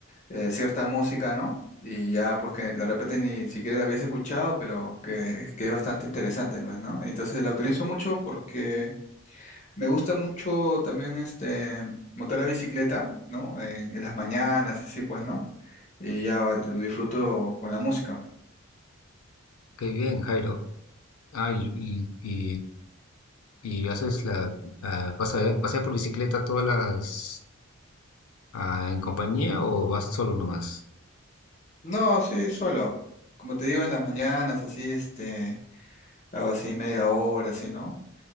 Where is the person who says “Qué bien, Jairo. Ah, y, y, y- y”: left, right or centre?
Left